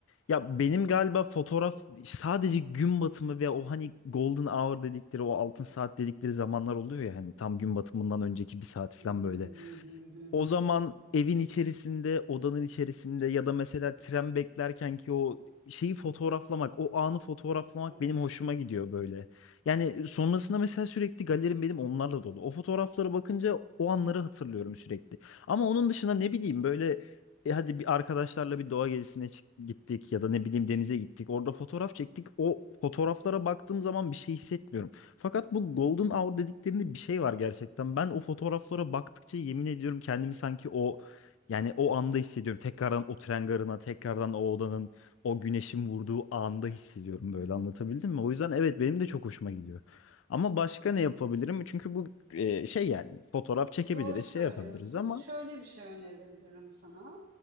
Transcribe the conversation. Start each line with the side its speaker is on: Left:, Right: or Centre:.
Left: ya benim galiba fotoğraf sadece gün batımı ve o hani golden hour dedikleri o altın saat dedikleri zamanlar oluyor ya hani tam gün batımından önceki bir saat falan
Right: Hı hı
Left: böyle
Right: hı hı hı
Left: o
Right: hı.
Left: zaman evin içerisinde, odanın içerisinde ya da mesela tren beklerken ki o şeyi fotoğraflamak, o anı fotoğraflamak
Right: Of.
Left: benim hoşuma gidiyor böyle. Yani sonrasında mesela sürekli galerim benim onlarla dolu. O fotoğraflara bakınca o anları hatırlıyorum sürekli. Ama onun dışında ne bileyim böyle e, hadi bir arkadaşlarla bir doğa gezisine çık- gittik ya da ne bileyim denize gittik. Orada fotoğraf çektik. O fotoğraflara baktığım zaman bir şey hissetmiyorum. Fakat bu Golden Hour dediklerinde bir şey var gerçekten. Ben o fotoğraflara baktıkça yemin ediyorum kendimi sanki o yani o anda hissediyorum. Tekrardan o tren garına, tekrardan o odanın o güneşin vurduğu anda hissediyorum böyle anlatabildim mi? O yüzden evet benim de çok hoşuma gidiyor. Ama başka ne yapabilirim? Çünkü bu e, şey yani fotoğraf çekebiliriz,
Right: Doğru söylüyorsun.
Left: şey yapabiliriz ama
Right: Şöyle bir şey önerebilirim sana.